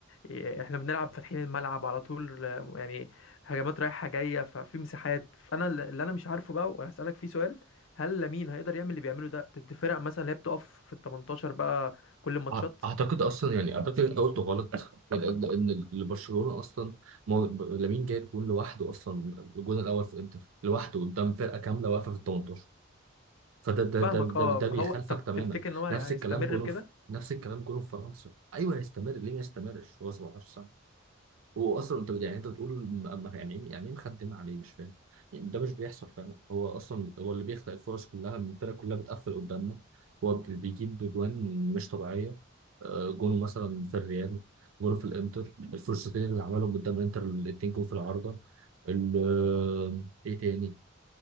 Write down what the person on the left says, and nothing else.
إيه، احنا بنلعب فاتحين الملعب على طول آه، يعني هجمات رايحة جاية ففي مساحات فانا ال- اللي انا مش عارفه بقى وهسألك فيه سؤال هل لامين هيقدر يعمل اللي بيعمله ده ضد فرق مثلا اللي هي بتقف في ال 18 بقى كل الماتشات
فاهمك
اه
فهو
طب
تفتكر ان هو هي-
هيستمر
في كده